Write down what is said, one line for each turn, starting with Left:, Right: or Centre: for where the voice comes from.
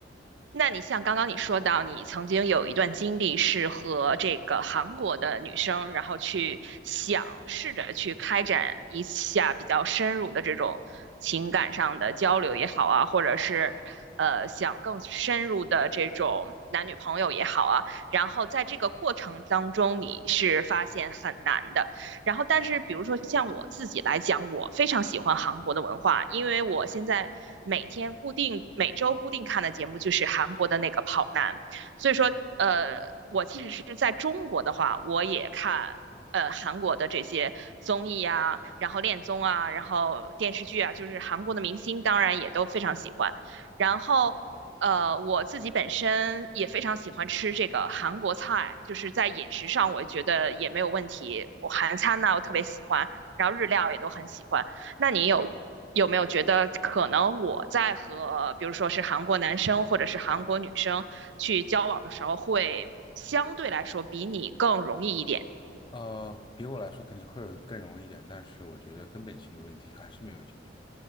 Right: 那你像刚刚你说到，你曾经有一段经历是和这个韩国的女生，然后去想试着去开展一下比较深入的这种情感上的交流也好啊，或者是呃想更深入的这种男女朋友也好啊，然后在这个过程当中，你是发现很难的。然后，但是比如说像我自己来讲，我非常喜欢韩国的文化，因为我现在每天固定、每周固定看的节目就是韩国的那个《跑男》，所以说，呃，我即使是在中国的话，我也看。呃，韩国的这些综艺啊，然后恋综啊，然后电视剧啊，就是韩国的明星，当然也都非常喜欢。然后呃，我自己本身也非常喜欢吃这个韩国菜，就是在饮食上我觉得也没有问题。我韩餐呢，我特别喜欢，然后日料也都很喜欢。那你有有没有觉得可能我在和比如说是韩国男生或者是韩国女生去交往的时候，会相对来说比你更容易一点？
Left: 呃，比我来说肯定会更容易一点，但是我觉得根本性的问题还是没有解决。